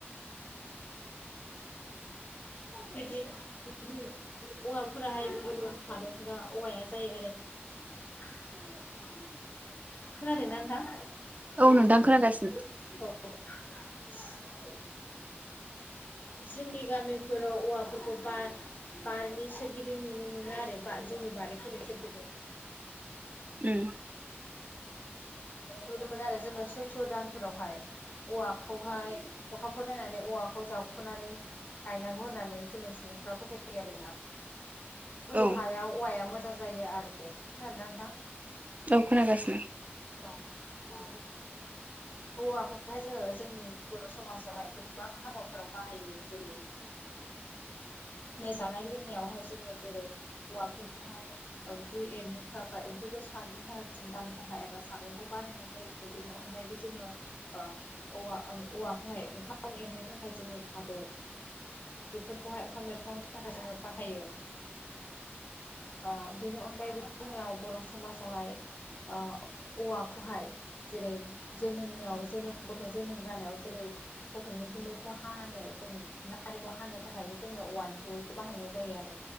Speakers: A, on the left; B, on the right.
A: बिदि <unintelligible> औवाफोराहाय गोदो गोद हादरफोरा औवाया जायो आरो। खोनादोंना नथां औ
B: औ नोंथां खोनागासिनो
A: <unintelligible> जोंनि गामिफोराव औवाफोरखौ बारनि सोरगिदिं नुनो मोनो आरो जोंनि बारिफोरनि सोरगिदिं
B: उम
A: नुनो मोनो आरो जोङो सैथ्र' दानफोरावहाय औवाखौहाय अखा खौ नायनानै औवाखौ जावखुनानै गायनांगौ होननानै जोङो सुबुंफ्रा फोथायो आरोना। गोजौ
B: औ
A: हायाव औवाया मोजां जायो आरो खोनादोंना नोंथां
B: औ खोनागासिनो
A: औ आ औवाखौहाय जोङो जोंनि बर' समाजावहाय गोबां हाबाफोराव बाहायो जेरै जानाय लोंनायावहाय जोङो जेरै औवाफोरखौहाय ओंख्रि एरनो थाखाय ओंखखौ साग्लिनि थाखाय जों दालि खान्था एबा सागंखौ बानायनाय जायो बेनि अनगायैबो जोङो ओ औवा औवाखौहाय ओंखाम एरनो थाखाय जोङो खादौ बेफोरखौहाय ओंखाम बेरखांनो थाखाय जोङो बाहायो ओ बेनि अनगायैबो जोंनियाव बर' समाजावहाय ओ औवाखौहाय जेरै जोनोमनियाव जोनोम गथ' जोनोम जानायाव जेरै गथ'नि उथुमैखौ हानो जेन नारिखौ हानो थाखायबो जोङो औवानिन टेवेलखौ बाहायनाय जायो आरो